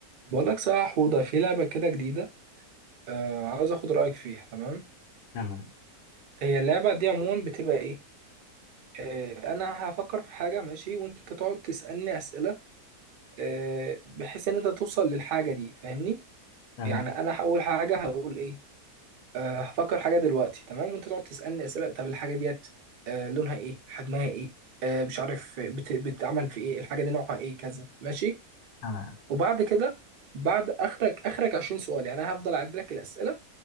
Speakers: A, on the right; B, on the left.
A: بقول لك صح يا حوضة في لعبة كده جديدة آه عاوز اخد رأيك فيها تمام
B: تمام
A: هي اللعبة دي عموما بتبقى ايه آه انا هفكر في حاجة ماشي وانت تقعد تسألني أسئلة آه بحيث ان انت توصل للحاجة دي فاهمني
B: تمام
A: يعني انا هقول حاجة هقول ايه آه هفكر حاجة دلوقتي تمام وانت تقعد تسألني أسئلة طب الحاجة ديت آه لونها ايه حجمها ايه آه مش عارف بت... بتعمل في ايه الحاجة دي نوعها ايه كذا ماشي
B: تمام
A: وبعد كده بعد اخرك اخرك 20 سؤال يعني انا هفضل اعد لك الأسئلة